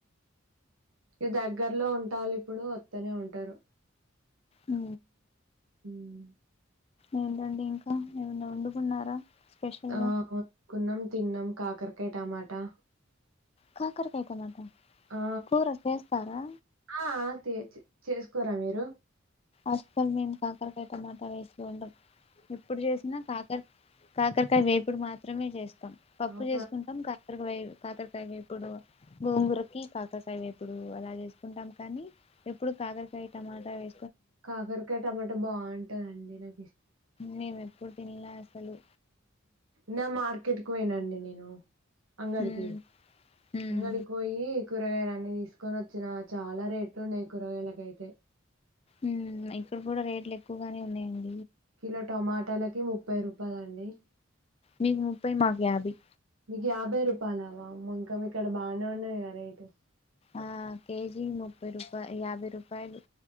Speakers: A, on the right (about 90°); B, on the left (about 30°).
A: ఇ దగ్గర్లో ఉంటాల ఇప్పుడు వత్తనే ఉంటారు.
B: అ
A: ఉన్న
B: ఏంటండి ఇంకా ఏమన్నా వండుకున్నారా? స్పెషల్గా
A: ఆనుకున్నాం తిన్నాం కాకరకాయ, టమాటా
B: కాకరకాయ టమాట
A: ఆ!
B: కూర చేస్తారా?
A: ఆ! ఆ! తే చే చేసుకోరా మీరు?
B: అస్కల్ మేము కాకరకాయ టమాటా వేసు ఉండ ఎప్పుడు చేసినా కాకర కాకరకాయ వేపుడు మాత్రమే చేస్తా పప్పు
A: అవునా?
B: చేసుకుంటాం కాతరక వెయ కాతర కాయ్ వేపుడు గోంగూరకి కాకరకాయి వేపుడు అలా చేసుకుంటాం కానీ ఎప్పుడు కాకర వె టమాటా వే
A: కాకరకాయ టమాటా బావుంటందండి నా
B: మేమ్ ఎప్పుడు తిన్లే అసలు
A: నా మార్కెట్కి పోయినండి నేను అంగడికి
B: ఉమ్ ఉమ్
A: అంగడికోయి కూరగాయలు అన్ని తీసుకొని వచ్చిన చాలా రేట్లు ఉన్నాయి కూరగాయలకైతే
B: మ్ ఇక్కడ కూడా రేట్లు ఎక్కువగానే ఉన్నాయండి.
A: కిలో టమాటాలకి ముప్పై రూపాయలండి.
B: మీకు ముప్పై, మాకు యాభై
A: మీకు యాభై రూపాయలు అవవా ఇంకా ఇక్కడ బానే ఉన్నాయిగా రేటు
B: ఆ కేజీ ముప్పై రూపాయ యాభై రూపాయలు